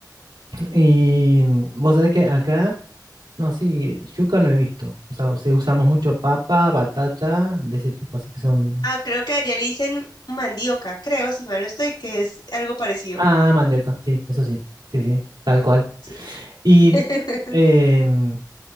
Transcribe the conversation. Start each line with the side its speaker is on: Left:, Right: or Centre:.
Right: <clears throat> y mm, vos sabés que acá, no, sí, yuca no he visto. O sea, sí, usamos mucho papa, batata, de ese tipo, así que son...
Left: Ah, creo que allá le dicen mandioca, creo, si mal no estoy, que es algo parecido.
Right: Ah, mandioca, sí, eso sí, sí, sí, tal cual.
Left: Sí.
Right: Y
Left: <laughs>
Right: em,